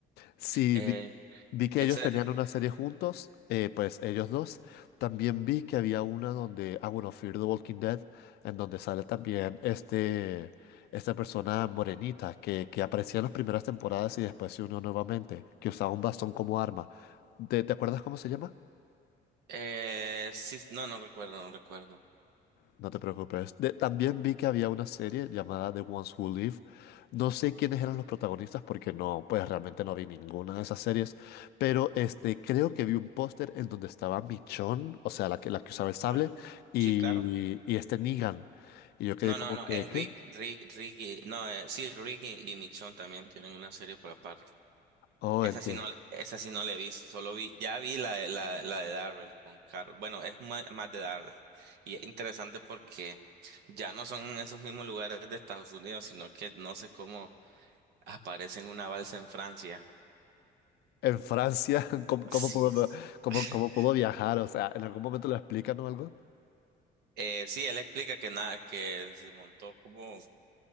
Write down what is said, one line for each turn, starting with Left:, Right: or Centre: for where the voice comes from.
Left: Sí,
Right: Eh,
Left: vi, vi que
Right: esa
Left: ellos tenían una serie juntos, eh, pues ellos dos. También vi que había una donde, ah, bueno, Fear the Walking Dead, en donde sale también este, esta persona morenita que, que aparecía en las primeras temporadas y después se unió nuevamente, que usaba un bastón como arma. ¿Te, te acuerdas cómo se llama?
Right: eh, sí, no, no recuerdo, no recuerdo.
Left: No te preocupes. De- también vi que había una serie llamada The Ones Who Live. No sé quiénes eran los protagonistas porque no, pues realmente no vi ninguna de esas series. Pero este, creo que vi un póster en donde estaba Michonne, o sea, la que, la que usaba el sable,
Right: Ah,
Left: y,
Right: Sí, claro.
Left: y este Negan. Y yo quedé
Right: No,
Left: como
Right: no, no,
Left: que,
Right: es
Left: ¿qué?
Right: Rick, Rick, Ricky, no, eh, sí, Ricky y, y Michonne también tienen una serie por aparte.
Left: Oh,
Right: Esa
Left: entiendo.
Right: sí no, esa sí no la he visto, solo vi, ya vi la, de- la, la de Darrell con Carol. Bueno, es ma- más, de Darrell. Y es interesante porque ya no son en esos mismos lugares de Estados Unidos, sino que no sé cómo aparece en una balsa en Francia.
Left: En Francia, <laughs> ¿cómo,
Right: Sí.
Left: cómo pudo, cómo,
Right: <laughs>
Left: cómo puedo viajar? O sea, ¿en algún momento lo explican o algo?
Right: Eh, sí, él explica que nada, que se montó como